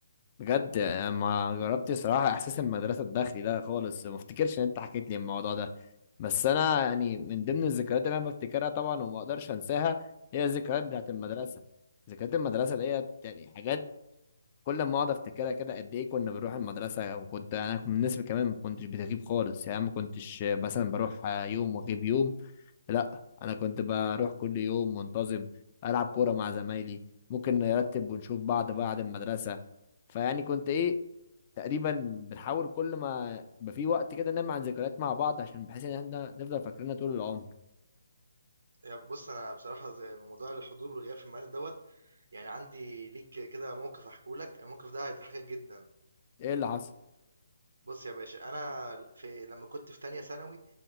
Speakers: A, on the left; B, on the right.
A: بجد يعني ما جربت صراحة احساس المدرسة الداخلي ده خالص ما افتكرش ان انت حكيت لي الموضوع ده بس انا يعني من ضمن الذكريات اللي انا بفتكرها طبعا وما اقدرش انساها هي الذكريات بتاعت المدرسة ذكريات المدرسة ديت يعني حاجات كل ما اقعد افتكرها كده قد ايه كنا بنروح المدرسه وكنت انا كنت من الناس اللي كمان ما كنتش بتغيب خالص يعني ما كنتش مثلا بروح يوم واغيب يوم لا انا كنت بروح كل يوم منتظم العب كوره مع زمايلي ممكن نرتب ونشوف بعض بعد المدرسه فيعني كنت ايه تقريبا بنحاول كل ما يبقى في وقت كده نعمل عن ذكريات مع بعض عشان بحيث ان احنا نفضل فاكرينها طول العمر
B: يا بص انا بصراحه زي موضوع الحضور والغياب في المدرسه دوت يعني عندي ليك كده موقف احكيه لك الموقف ده هيضحكك جدا
A: ايه اللي حصل
B: بص يا باشا انا في لما كنت في تانية ثانوي